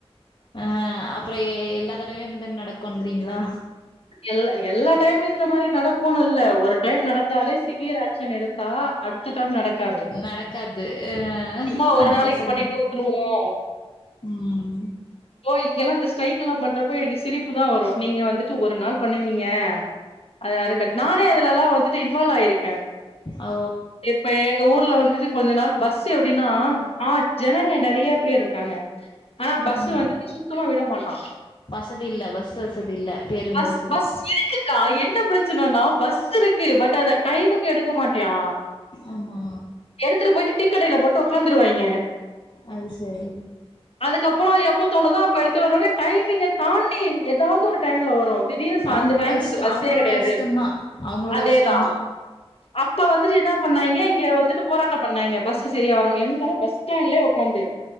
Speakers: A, on the left; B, on the left.
A: அ அப்புற எல்லா தடவயு இந்த மாரி நடக்குங்கிறீங்ளா
B: எல்ல எல்லா டைம்லுயு இந்த மாரி நடக்குன் இல்ல ஒரு டைம் நடந்தாலே ஸ் சிவியர் ஆக்ஷன் எடுத்தா அடு தடைம் நடக்காது
A: நடக்காது ஆ
B: சும்மா ஒரு நாளைக்கு
A: அத சொல்லுங்க
B: பண்ணிட்டு உட்டுருவோ
A: ம்
B: ஓ இங்கெல்லா இந்த ஸ்ரைக்கெல்லா பண்றப்போ எனக்கு சிரிப்பு தா வரு நீங்க வந்திட் டு ஒரு நாள் பண்ணுவீங்க அது யாருக்கட் நானே அதுலல்லா வந்துட்டு இன்வால்வ் ஆயிருக்க
A: ஓ
B: எப் இப்ப எங்க ஊர்ல வந்துட்டு கொஞ்ச நாள் பஸ்ஸு எப்டின்னா ஆ ஜனங்க நெறைய பேர் இருக்காங்க ஆனா பஸ்ஸு
A: ம்
B: வந்துட்டு சுத்தமா விட மாட்டா
A: வசதி இல்ல பஸ் வசதி இல்ல பேருந்து
B: பஸ்
A: வசதி
B: பஸ் இருக்கு க்கா என்ன பிரச்சனனனா பஸ் இருக்கு பட் அத டைமுக்கு எடுக்க மாட்யா
A: ஆமா
B: எடுத்துட்டு போயிட்டு டீ கடைல போட்டு உக்காந்துருவாய்ங
A: அது சரி
B: அதுக்கப்புறோ எப்ப தோணுதோ அப்ப எடுத்துட்டுவாங்க டைமிங்க தாண்டி ஏதாவது ஒரு டைம்ல வரு திடீனு ஸா
A: அவங்களோட
B: ந்த டைம்ல
A: இஷ்ட
B: இந்த பஸ்ஸே
A: அவங்களோட
B: கெடையாது
A: இஷ்டம்தா அவங்களோட
B: அதேதா
A: இஷ்டம்தா
B: அப்ப வந்துட்டு என்ன பண்ணாய்ங்க இங்க வந்துட்டு போராட்டம் பண்ணாய்ங்க பஸ் சரியா வர எங்க பஸ் ஸ்டாண்ட்லே உக்காந்து